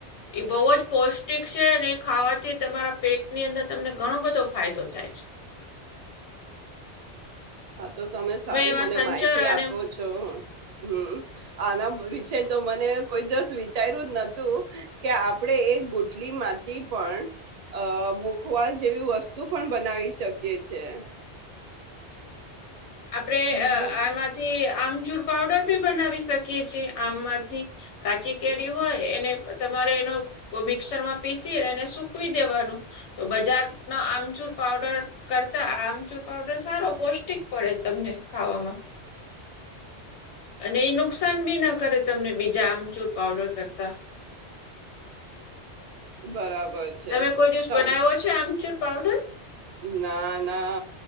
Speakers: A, on the left; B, on the right.
A: એ બોવ જ પૌષ્ટિક છે અને એ ખાવાથી તમારા પેટની અંદર તમને ઘણો બધો ફાયદો થાય છે.
B: હા તો તમે સારી
A: એમાં
B: મને
A: સંચર
B: માહિતી
A: અને
B: આપો છો હમ્મ આના વિશે તો મને કોઈ દિવસ વિચાઇર્યું જ નતું કે આપણેે એ ગુટલી માંથી પણ અ મુખવાસ જેવી વસ્તુ પણ બનાવી શકીએ છે.
A: આપણે
B: બીજું
A: આ આ આમાંથી આમચૂર પાવડર બી બનાવી શકીએ છીએ, આમમાંથી. કાચી કેરી હોય એને તમારે એનો કો મિક્સરમાં પીસી એને સુકવી દેવાનું તો બજારના આમચુર પાવડર કરતા આમચુર પાવડર સારો પૌષ્ટિક પડે તમને ખાવામાં. અને ઈ નુકસાન બી ન કરે તમને બીજા આમચૂર પાવડર કરતા.
B: બરાબર. છે
A: તમે કોઈ દિવસ
B: તમ
A: બનાઈવો છે, આમચૂર પાવડર.
B: ના, ના